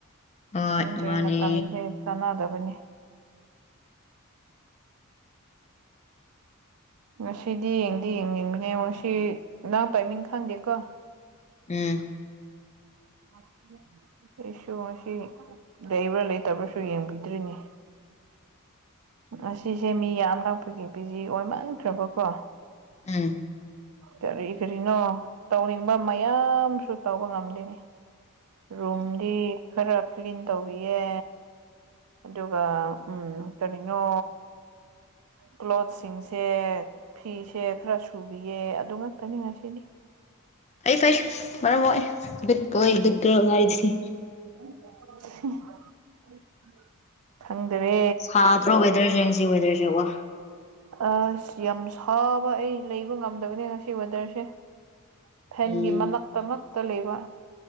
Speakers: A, on the left; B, on the right.
A: ꯍꯣꯏ
B: ꯈꯪꯗ꯭ꯔꯦ
A: ꯃꯥꯅꯦ
B: ꯃꯇꯝꯁꯦ ꯀꯥꯟꯅꯗꯕꯅꯤ ꯉꯁꯤꯗꯤ ꯌꯦꯡꯗꯤ ꯌꯦꯡꯅꯤꯡꯕꯅꯦ ꯉꯁꯤ ꯅꯪ ꯇꯥꯏꯃꯤꯡ ꯈꯪꯗꯦꯀꯣ
A: ꯎꯝ
B: <unintelligible> ꯑꯩꯁꯨ ꯉꯁꯤ ꯂꯩꯕ꯭ꯔꯥ ꯂꯩꯇꯕ꯭ꯔꯥꯁꯨ ꯌꯦꯡꯕꯤꯗ꯭ꯔꯤꯅꯤ ꯉꯁꯤꯁꯦ ꯃꯤ ꯌꯥꯝꯂꯥꯛꯄꯤꯒꯤ ꯕꯤꯖꯤ ꯑꯣꯏꯃꯥꯟꯈ꯭ꯔꯕꯀꯣ
A: ꯎꯝ
B: ꯀꯔꯤ ꯀꯔꯤꯅꯣ ꯇꯧꯅꯤꯡꯕ ꯃꯌꯥꯝꯁꯨ ꯇꯧꯕ ꯉꯝꯗꯦꯅꯦ ꯔꯨꯝꯗꯤ ꯈꯔ ꯀ꯭ꯂꯤꯟ ꯇꯧꯕꯤꯌꯦ ꯑꯗꯨꯒ ꯎꯝ ꯀꯔꯤꯅꯣ ꯀ꯭ꯂꯣꯠꯁꯤꯡꯁꯦ ꯐꯤꯁꯦ ꯈꯔ ꯁꯨꯕꯤꯌꯦ ꯑꯗꯨꯉꯥꯛꯇꯅꯤ ꯉꯁꯤꯗꯤ
A: ꯐꯩ ꯐꯩ ꯃꯔꯝ ꯃꯣꯛꯏ ꯒꯨꯗ ꯕꯣꯏ ꯒꯨꯗ ꯒ꯭ꯔꯜ ꯍꯥꯏꯁꯤ
B: <unintelligible> ꯈꯪꯗ꯭ꯔꯦ
A: ꯁꯥꯗ꯭ꯔꯣ ꯋꯦꯗꯔꯖꯦ ꯉꯁꯤ ꯋꯦꯗꯔꯖꯦ ꯋꯥ
B: ꯑꯁ ꯌꯥꯝ ꯁꯥꯕ ꯑꯩ ꯂꯩꯕ ꯉꯝꯗꯕꯅꯦ ꯉꯁꯤ ꯋꯦꯗꯔꯁꯦ ꯐꯦꯟꯒꯤ
A: ꯎꯝ
B: ꯃꯅꯥꯛꯇ ꯉꯛꯇ ꯂꯩꯕ